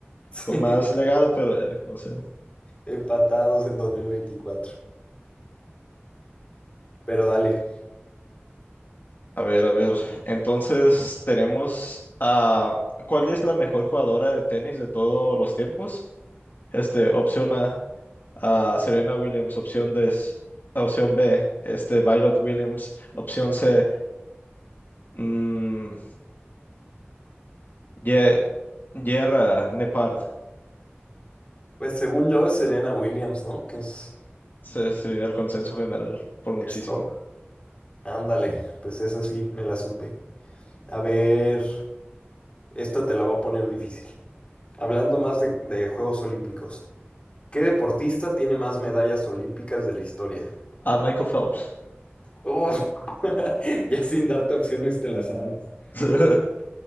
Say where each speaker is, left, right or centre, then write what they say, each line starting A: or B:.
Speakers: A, on the left (about 30°); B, on the left (about 50°).
A: <laughs>
B: con más legado, pero ya, como sea.
A: Empatados en dos mil veinticuatro Pero dale.
B: A ver, a ver. Entonces, tenemos a ¿cuál es la mejor jugadora de tenis de todos los tiempos? Este, opción A, A Serena Williams, opción D, opción B, este, Violet Williams, opción C, mm, Ye- Yerra Nepard.
A: Pues según yo es Serena Williams, ¿no? Que es,
B: Sí, sí, el consenso general, por muchísimo.
A: es top. Ándale, pues esa sí, me la supe. A ver, esta te la voy a poner difícil. Hablando más de, de Juegos Olímpicos, ¿qué deportista tiene más medallas olímpicas de la historia?
B: A Michael Phelps.
A: Oh, <laughs> ya sin darte opciones te la sabes.
B: <laughs>